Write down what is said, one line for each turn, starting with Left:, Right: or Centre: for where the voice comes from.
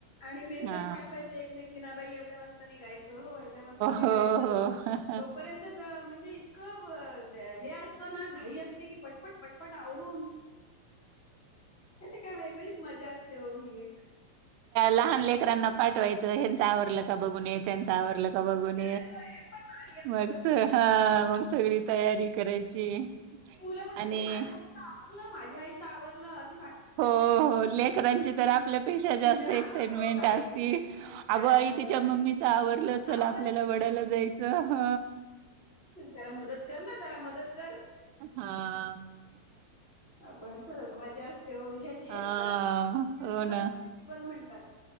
Left: आणि मेसेज
Right: हा
Left: पाठवायच एकमेकीना बाई एवढ्या वाजता निघायच हो एवढ्या वाजता
Right: हो हो.
Left: तोपर्यंत जर म्हणजे क वा हे असतना घाई असते की पटपट पटपट आवरू त्या काय वेगळीच मजा असते. हो ही एक
Right: लहान लेकरांना
Left: हो
Right: पाठवायचं
Left: खूप छान
Right: ह्यांच आवरल की. का बघून ये त्यांच आवरलं का बघून
Left: हो, हे पण भारी असत
Right: मग हा मग सगळी तयारी करायची.
Left: मुला पण
Right: आणि
Left: माझ्या आईच आवरलं माझ्या आईच आवरलं अस.
Right: हो हो लेकरांची
Left: हम्म.
Right: तर आपल्यापेक्षा जास्त
Left: जामच
Right: एक्साइटमेंट
Left: ओ घाई
Right: असते.
Left: मग
Right: ताई
Left: काय हो
Right: तिच्या
Left: ना
Right: मम्मीचा आवरल चल
Left: अहो
Right: आपल्याला वडाला जायचं ह.
Left: जरा मदत कर ना जरा मदत कर.
Right: हा.
Left: आपण खरंच मजा असते हो हे हेच
Right: हा
Left: खरं
Right: हो
Left: त्यालाच
Right: ना.
Left: जीवन म्हणतात